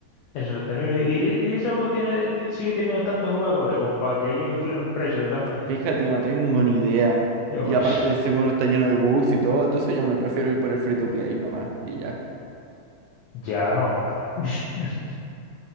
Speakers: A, on the left (about 85°); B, on the right (about 80°).
A: Es insostenible. Y, y ese juego tiene, sigue teniendo tantos jugadores como para que ellos inflen los precios de esa manera.
B: Fíjate, no tengo ni idea.
A: Yo,
B: Y aparte,
A: <laughs>
B: según está lleno de bugs y todo, entonces yo me prefiero ir por el free to play nomás. Y ya.
A: ya no, no, claro. <laughs>